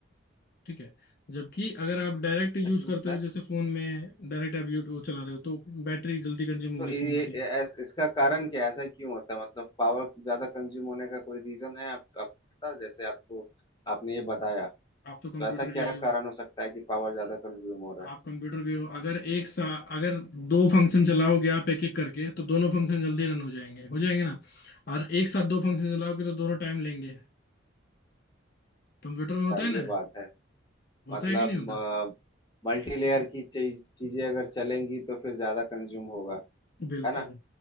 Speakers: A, on the left; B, on the left.
A: ठीक है जबकि अगर आप डायरेक्ट
B: ऐसा
A: यूज
B: क्यों होता
A: करते हो
B: है
A: जैसे फोन में डायरेक्ट आप यूट्यूब चला रहे हो तो बैटरी जल्दी कंज्यूम
B: तो
A: होगी
B: ये
A: फोन
B: ये-
A: की
B: ये- ऐस- इसका कारण क्या है ऐसा क्यों होता है मतलब पावर ज्यादा कंज्यूम होने का कोई रीजन है आप, आपका जैसे आपको आपने ये बताया
A: आप तो कंप्यूटर
B: तो ऐसा
A: के
B: क्या
A: ही हो
B: कारण हो सकता है कि पावर ज्यादा कंज्यूम हो रहा है
A: आप कंप्यूटर के हो अगर एक सा अगर दो फंक्शन चलाओगे आप एक एक करके तो दोनों फंक्शन जल्दी रन हो जाएंगे हो जाएंगे ना और एक साथ दो फंक्शन चलाओगे तो दोनों टाइम लेंगे कंप्यूटर में होता
B: हाँ, ये
A: है ना
B: बात है
A: होता
B: मतलब
A: है कि नहीं होता
B: मल्टी लेयर की चीज चीजें अगर चलेंगी तो फिर ज्यादा कंज्यूम होगा
A: बिल्कुल
B: है ना